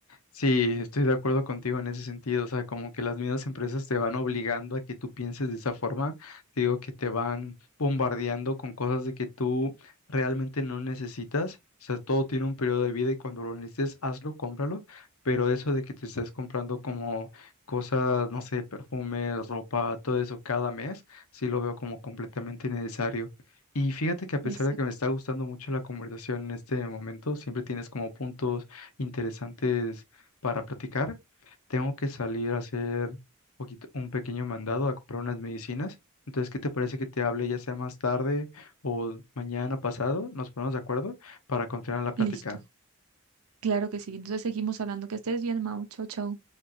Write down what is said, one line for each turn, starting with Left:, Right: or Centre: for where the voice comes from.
Left: Sí, estoy de acuerdo contigo en ese sentido, o sea, como que las mismas empresas te van obligando a que tú pienses de esa forma, te digo que te van bombardeando con cosas de que tú realmente no necesitas, o sea, todo tiene un periodo de vida y cuando lo necesites, hazlo, cómpralo, pero eso de que te estés comprando como cosas, no sé, perfumes, ropa, todo eso cada mes, sí lo veo como completamente innecesario. Y fíjate que a pesar
Right: Exacto.
Left: de que me está gustando mucho la conversación en este momento, siempre tienes como puntos interesantes para platicar. Tengo que salir a hacer poquito- un pequeño mandado a comprar unas medicinas. Entonces, ¿qué te parece que te hable ya sea más tarde o mañana pasado? Nos ponemos de acuerdo para continuar la plática.
Right: Listo. Claro que sí. Entonces seguimos hablando. Que estés bien, Mau. Chau, chau.